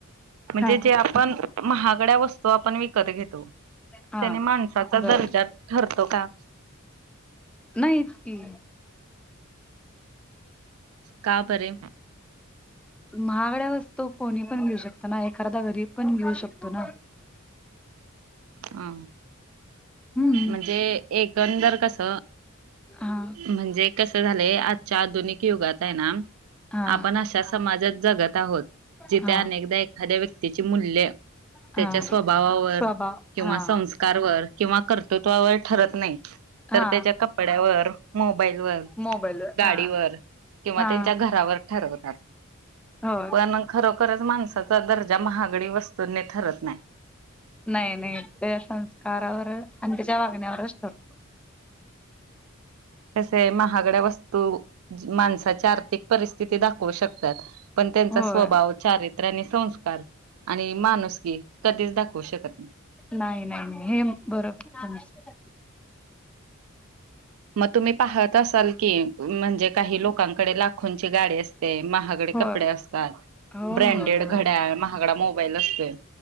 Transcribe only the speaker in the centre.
हा
हा
बर
नाहीच की
महागड्या वस्तू कोणी पण घेऊ शकतो ना एखादा गरीब पण घेऊ शकतो ना
हम्म
हा
हा
हा
हा
स्वभाव
हा
हा
मोबाईलवर
हा
हा
होय.
नाही नाही त्या संस्कारावर आणि तिच्या वागण्यावरच ठरतं.
होय
नाही नाही नाही हे बरोबर तुमचं.
होय
होय
होय